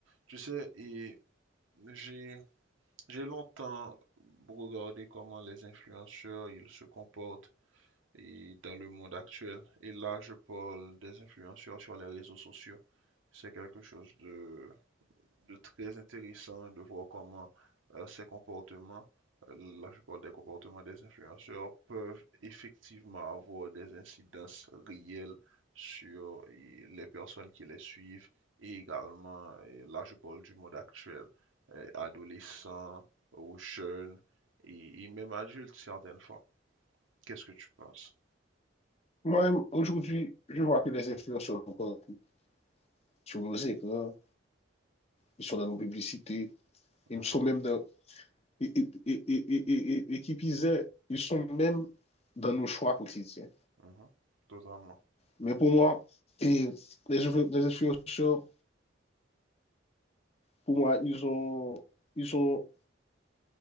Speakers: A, on the right; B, on the left.
A: Tu sais, et j'ai j'ai longtemps regardé comment les influenceurs ils se comportent et dans le monde actuel. Et là, je parle des influenceurs sur les réseaux sociaux. C'est quelque chose de de très intéressant de voir comment euh, ces comportements, euh, là je parle des comportements des influenceurs, peuvent effectivement avoir des incidences réelles sur euh, les personnes qui les suivent et également, euh, là je parle du monde actuel, euh, adolescents ou jeunes et, et même adultes certaines fois. Qu'est-ce que tu penses?
B: Moi, aujourd'hui, je vois que les influenceurs sont partout, sur nos écrans, ils sont dans nos publicités, ils
A: Mhm,
B: sont même dans, et, et, et, et, et, et- et qui plus est, ils sont même dans nos choix quotidiens.
A: mhm, totalement.
B: Mais pour moi, et les, influ- les influenceurs, pour moi, ils ont, ils ont,